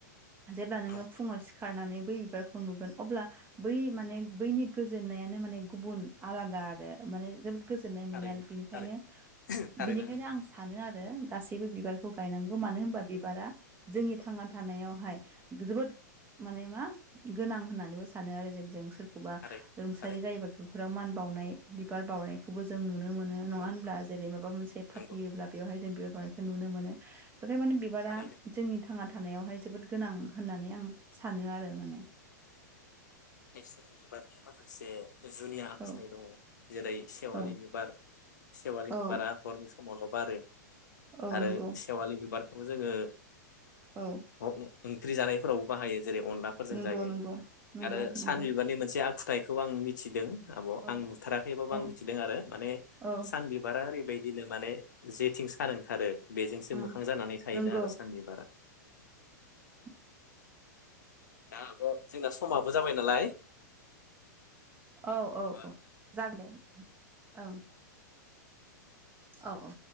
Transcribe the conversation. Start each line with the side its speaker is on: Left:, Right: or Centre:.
Right: जेब्ला नोङो
Left: औ
Right: फुङाव सिखारनानै बै बिबारखौ नुगोन अब्ला बै माने बैनि गोजोननायानो माने गुबुन आलादा आरो माने जोबो गोजोन्नाय
Left: थारैनो
Right: मोनो आरो बेनिखायनो
Left: थारैनो थारैनो
Right: बिनिखायनो
Left: नोंथां
Right: आं सानो आरो गासबो बिबारखौ गायनांग
Left: औ
Right: मानो होनबा बे बिबारा जोंनि
Left: उम
Right: थांना थानायावहाय जोबोद माने मा गोनां होननानै सानो आरो जेरै जों सोरखौबा
Left: थारैनो
Right: रोंसारि
Left: थारैनो
Right: जायोबाथ' बेवाव मान बावनाय बिबार बावनायखौबो जों नुनो मोनो नङा
Left: औ
Right: होनब्ला जेरै माबा मोनसे फाथियोब्ला
Left: नंगौ
Right: बेयावहाय जों बिबार बारखौ नुनो मोनो बेखाय माने बिबारा
Left: थारैनो
Right: जोंनि थांना थानायावहाय जोबोद गोनां होननानै आं सानो आरो माने
Left: <unintelligible> जुनिया आखुथाय
Right: औ
Left: दङ जेरै सेवालि
Right: औ
Left: बिबार सेवालिनि
Right: औ
Left: बिबारा हरनि समावल' बारो
Right: औ
Left: आरो
Right: नंगौ
Left: सेवालि बिबारखौबो जोङो
Right: औ
Left: ओ ओंख्रि जानायफोरावबो बाहायो जेरै अनलाफोरजों
Right: नंगौ
Left: जायो
Right: नंगौ नंगौ
Left: आरो सानबिबारनि
Right: नंगौ
Left: मोनसे आखुथायाइखौ आं मिथिदों आब'
Right: औ
Left: आं नुथाराखैबाबो
Right: औ
Left: आं मिथिदों आरो माने
Right: औ
Left: सान बिबारा ओरैबायदि बिनो माने जेथिं सारोंथारो बेजोंसो
Right: ओं
Left: मोखां जानानै थायोनो
Right: नंगौ
Left: आरो सान बिबारा
Right: <unintelligible> <unintelligible>
Left: दा आब' जोंना समाबो जाबाय नालाय
Right: औ औ
Left: दे
Right: औ जागोन दे औं औ औ